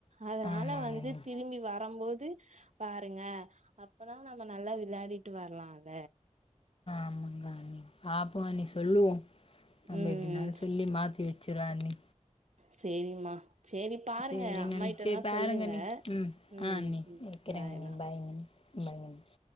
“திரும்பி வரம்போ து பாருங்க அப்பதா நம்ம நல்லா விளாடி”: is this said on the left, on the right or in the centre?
Right